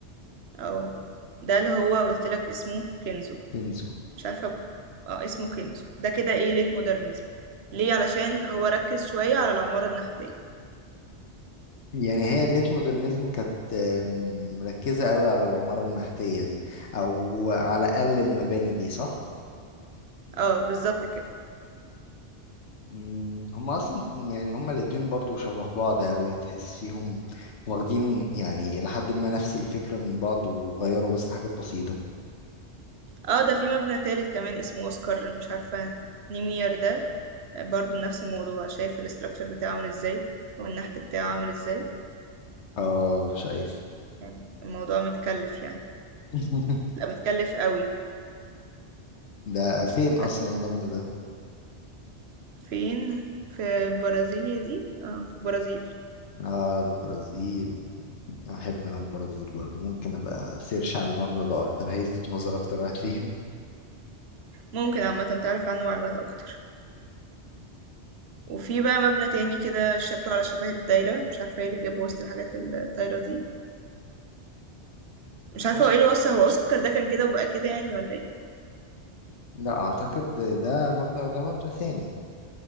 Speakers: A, on the right; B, on the left.
A: اه ده اللي هو قلت لك اسمه كنزو
B: كنزو
A: مش عارفه ب- اه اسمه كنزو ده كده ايه ليك مودرنزم ليه علشان هو ركز شويه على العماره النحتيه
B: يعني هي الليت مودرنزم كانت آم، مركزه قوي على العماره النحتيه دي او على الاقل المباني دي صح
A: اه بالظبط كده
B: مم، هما اصلا يعني هما الاتنين برضو شبه بعض اوي تحسيهم واخدين يعني لحد ما نفس الفكرة من بعض وغيروا بس حاجات بسيطة
A: اه ده في مبنى تالت كمان اسمه اوسكار مش عارفة نيمير ده برضو نفس الموضوع شايف الاستراكشر بتاعه عامل ازاي والنحت بتاعه عامل ازاي
B: اه شايف
A: يعني الموضوع متكلف يعني
B: <laughs>
A: لا متكلف قوي
B: ده فين
A: بس
B: اصلا المبنى ده
A: فين في برازيليا دي اه في البرازيل
B: اه البرازيل احب انا البرازيل برضو ممكن ابقى سيرش على المبنى ده اكتر هيلفت نظر اكتر هتلاقيهم
A: ممكن عامة تعرف عنه معلومات اكتر وفي بقى مبنى تاني كده شكله على شبه الدايرة مش عارفة ايه اللي جابه وسط الحاجات الطايرة دي مش عارفة
B: مش-
A: هو ايه اللي وصل هو اوسكار ده كان كده وبقى كده يعني ولا ايه
B: لا اعتقد ده مبنى وده مبنى ثاني